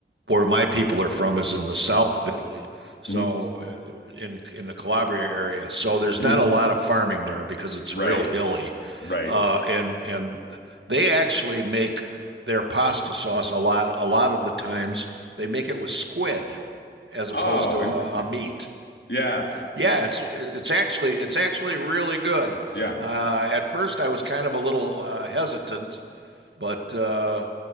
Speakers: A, on the right; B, on the left.
A: where my people are from is in the south of Italy, so
B: hmm
A: uh, in in the Calabria area. So there's
B: hmm
A: not a lot of farming there because it's
B: Right.
A: real hilly,
B: Right.
A: uh, and and they actually make their pasta sauce a lot a lot of the times they make it with squid as
B: Oh,
A: opposed to
B: interesting.
A: a, a meat.
B: Yeah.
A: Yeah, it's it's actually it's actually really good.
B: Yeah.
A: Uh, at first, I was kind of a little uh, hesitant, but uh,